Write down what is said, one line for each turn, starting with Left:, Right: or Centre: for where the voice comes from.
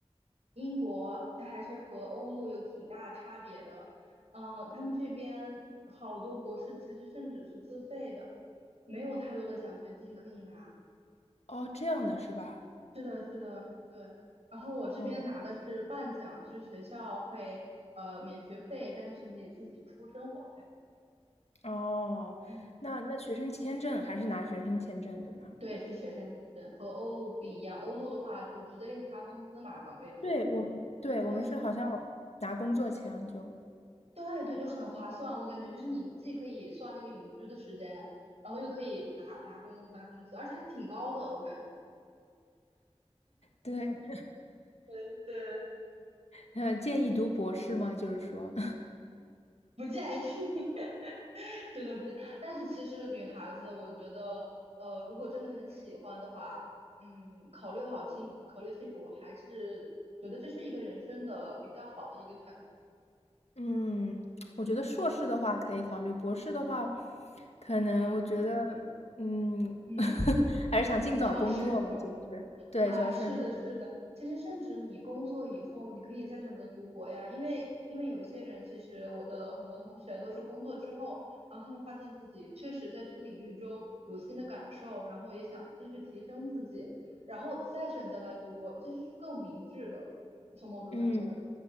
Right: 英国它还是和欧陆有挺大差别的，嗯、他们这边好多博士其实甚至是自费的，没有太多的奖学金可以拿。
Left: 哦，这样的是吧？
Right: 是的，是的，对。然后我这边拿的是半奖，
Left: 哦
Right: 就是学校会呃免学费，但是你得自己出生活费。
Left: 哦，
Right: 嗯。
Left: 那那学生签证还是拿学生签证对吧？
Right: 对，是学生签证，和欧陆不一样。欧陆的话，就直接给你发工资嘛，岗位制。
Left: 对我们对我们是好像拿工作签就
Right: 对对对，就很划算。我感觉就是你既可以算那个永居的时间，然后又可以拿拿工拿工资，而且还挺高的，我感觉。
Left: 对，
Right: 对对，
Left: <laughs> 呃，建议读博士吗？就是说。
Right: 不建议，<laughs> 真的不建议。但是其实女孩子，我觉得，呃，如果真的很喜欢的话，嗯，考虑好清，考虑清楚，我还是觉得这是一个人生的比较好的一个选择。
Left: 嗯，我觉得硕士的话可以考虑，
Right: 对，
Left: 博士的话，可能我觉得，
Right: 嗯
Left: 嗯，
Right: 嗯，
Left: <laughs> 还是想尽早工作吧，
Right: 要慎重。
Left: 就是对，
Right: 啊，
Left: 就要慎重了
Right: 是的，是的。其实，甚至你工作以后，你可以再选择读博呀，因为因为有一些人，其实我的很多同学都是工作之后，然后他们发现自己确实在这个领域中有新的感受，然后也想继续提升自己，然后再选择来读博，其实是更明智的，从某种角度来讲。
Left: 嗯，